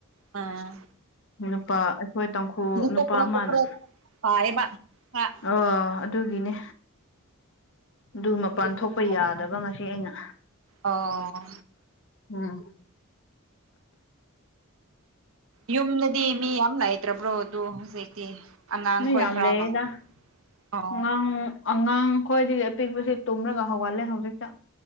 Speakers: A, on the right; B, on the left.
A: ꯑꯥ
B: ꯅꯨꯄꯥ ꯑꯩꯈꯣꯏ ꯇꯥꯡꯈꯨ ꯅꯨꯄꯥ
A: ꯀꯣꯀ꯭ꯔꯣ
B: ꯑꯃꯅ
A: ꯀꯣꯀ꯭ꯔꯣ ꯄꯥꯏꯌꯦꯕ ꯈꯔ
B: ꯑ ꯑꯗꯨꯒꯤꯅꯦ ꯑꯗꯨ ꯃꯄꯥꯟ
A: ꯍꯧꯖꯤꯛꯇꯤ
B: ꯊꯣꯛ
A: ꯐꯥꯗꯤ
B: ꯄ ꯌꯥꯗꯕ
A: ꯐꯥꯔꯦ
B: ꯉꯁꯤ ꯑꯩꯅ
A: ꯑꯣ
B: ꯎꯝ
A: ꯌꯨꯝꯅꯗꯤ ꯃꯤ ꯌꯥꯝ ꯂꯩꯅꯥꯏꯇ꯭ꯔꯕ꯭ꯔꯣ ꯑꯗꯨ ꯍꯧꯖꯤꯛꯇꯤ ꯑꯉꯥꯡꯈꯣꯏ
B: ꯃ ꯌꯥꯝ
A: ꯈꯔ
B: ꯂꯩꯗ
A: ꯑꯣ
B: ꯉ ꯑꯉꯥꯡ ꯈꯈꯣꯏꯗꯒꯤ ꯑꯄꯤꯛꯄꯁ ꯇꯨꯝꯔꯒ ꯍꯧꯒꯠꯂꯦ ꯍꯧꯖꯤꯛꯇ